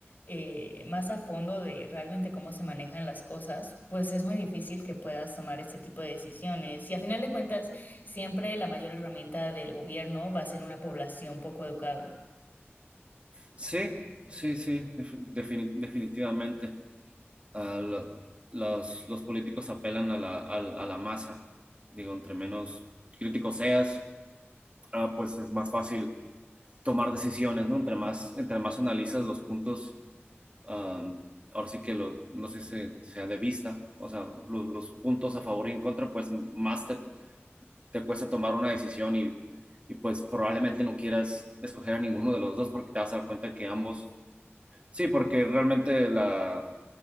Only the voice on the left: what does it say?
eh, más a fondo de realmente cómo se manejan las cosas, pues es muy difícil que puedas tomar este tipo de decisiones. Y a final de cuentas, siempre la mayor herramienta del gobierno va a ser una población poco educada.